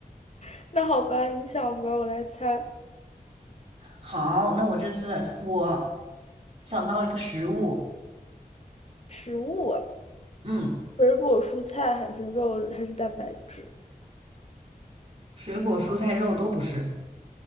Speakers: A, on the left; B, on the right.
A: <laughs> 那好吧，你想吧，我来猜
B: 好，那我这次我想到了一个食物，
A: 食物啊，
B: 嗯，
A: 水果、蔬菜还是肉还是蛋白质
B: 水果、蔬菜、肉都不是，